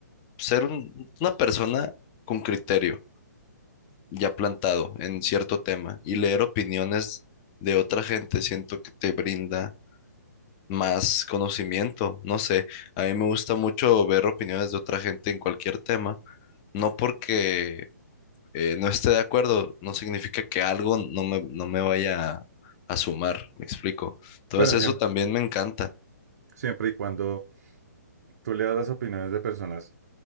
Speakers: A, on the left; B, on the right.
A: ser un- una persona con criterio ya plantado en cierto tema y leer opiniones de otra gente, siento que te brinda más conocimiento. No sé, a mí me gusta mucho ver opiniones de otra gente en cualquier tema, no porque eh, no esté de acuerdo, no significa que algo no me, no me vaya a, a sumar, me explico. Entonces
B: Bueno, siempre,
A: eso también me encanta.
B: siempre y cuando tú leas las opiniones de personas,